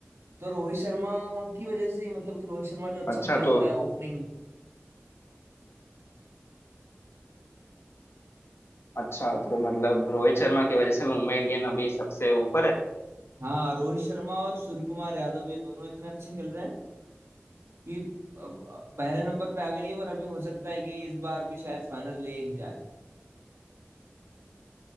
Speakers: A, on the right; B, on the left.
A: तो रोहित शर्मा की वजह से ही मतलब कि रोहित शर्मा जो अच्छा
B: अच्छा
A: खेल
B: तो
A: रहा है ओपनिंग
B: अच्छा तो मतलब रोहित शर्मा की वजह से मुंबई इंडियन अभी सबसे ऊपर है
A: हाँ रोहित शर्मा और सूर्य कुमार यादव ये दोनों इतने अच्छे खेल रहे हैं कि अब, अ, पहले नंबर पे आ गई है और अभी हो सकता है कि इस बार भी शायद फाइनल ले ही जाए